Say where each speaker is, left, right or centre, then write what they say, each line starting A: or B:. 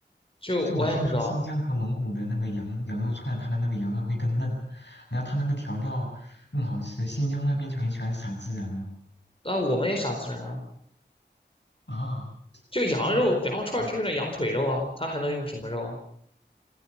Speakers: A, on the left; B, on the left.
A: 就我也不知道。
B: 就我听说新疆和蒙古的那个羊羊肉串，它的那个羊肉会更嫩，然后它那个调料更好吃。新疆那边就很喜欢撒孜然嘛。
A: 那我们也傻自然啊，
B: 啊，
A: 就羊肉，
B: 那
A: 羊肉串儿就用点羊腿肉啊，
B: 嗯，
A: 它还能用什么肉啊？